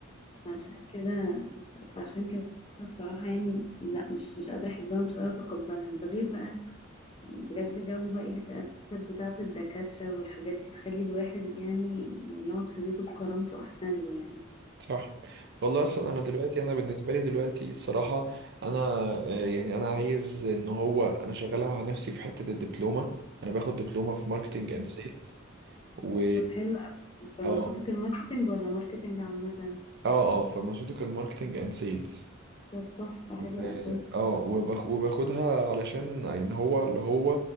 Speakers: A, on the left (about 25°); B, on the right (about 55°).
A: فعشان كده فعشان كده بصراحة يعني لا مش مش قادرة أحبها ومش قادرة أتقبلها ده غير بقى يعني بجد جو بقى قلة الأدب بتاعة الدكاترة والحاجات دي تخلي الواحد يعني يعني يقعد في بيته بكرامته أحسن له يعني
B: صح والله اصلا انا دلوقتي انا بالنسبه لي دلوقتي الصراحه انا آه، يعني انا عايز ان هو انا شغال على نفسي في حته الدبلومه انا باخد دبلومه في ماركتنج اند سيلز و
A: طب حلو قوي فارمacيوتيكال
B: اه
A: ماركتنج ولا ماركتنج عامة
B: اه اه فارماسيوتيكال ماركتنج اند سيلز
A: طب تحفة حلو
B: و-
A: قوي
B: اه وباخ- وباخدها علشان يعني هو اللي هو